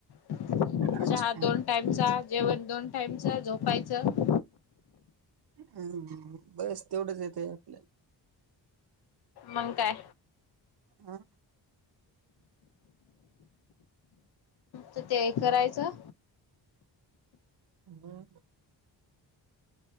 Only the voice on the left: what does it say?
चहा
दोन टाईम जेवण दोन टाइमचा झोपायचं
मग काय
तर ते करायचं